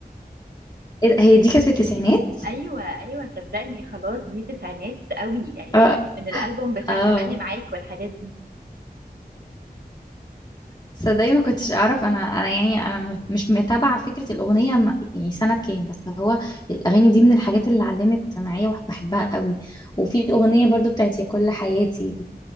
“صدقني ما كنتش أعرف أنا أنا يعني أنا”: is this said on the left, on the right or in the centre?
Left